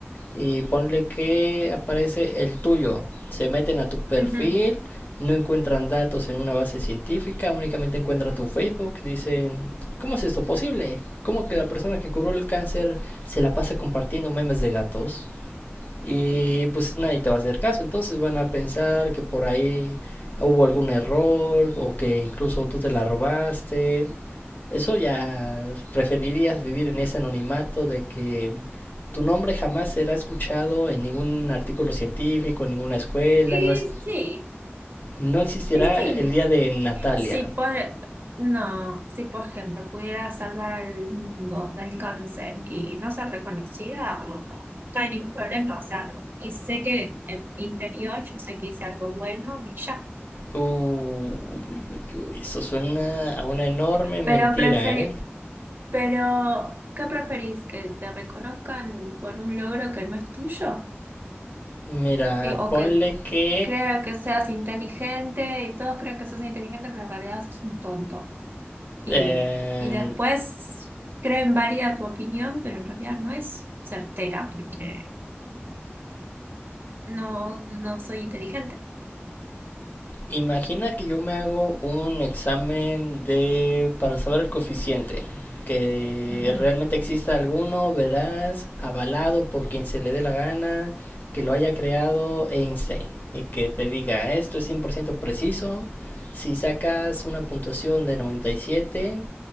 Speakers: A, on the left; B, on the right.
A: y ponle que aparece el tuyo, se meten a tu perfil,
B: ujú.
A: no encuentran datos en una base científica, únicamente encuentran tu Facebook, dicen, ¿cómo es esto posible? ¿Cómo que la persona que curó el cáncer se la pasa compartiendo memes de gatos? y pues nadie te va a hacer caso. Entonces van a pensar que por ahí hubo algún error o que incluso tú te la robaste. Eso ya preferirías vivir en ese anonimato de que tu nombre jamás será escuchado en ningún artículo científico, en ninguna escuela,
B: Y
A: no, es,
B: sí,
A: no existirá
B: y sí.
A: el día de Natalia.
B: Si por, no, si por ejemplo pudiera salvar al mundo del cáncer y no ser reconocida, no hay ningún problema. O sea, y sé que en mi interior yo sé que hice algo bueno y ya.
A: Uy, eso suena a una enorme mentira,
B: Pero preferi-
A: ¿eh?
B: pero, ¿qué preferís? ¿Que te reconozcan por un logro que no es tuyo?
A: Mira,
B: Y- o
A: ponle
B: que
A: que
B: crea que seas inteligente y todos crean que sos inteligente, pero en realidad sos un tonto. Y,
A: eh,
B: y después creen válida tu opinión, pero en realidad no es certera porque no, no soy inteligente.
A: Imagina que yo me hago un examen de para saber el coeficiente, que
B: Ujú.
A: realmente exista alguno, verás, avalado por quien se le dé la gana, que lo haya creado Einstein y que te diga, esto es 100% preciso, si sacas una puntuación de 97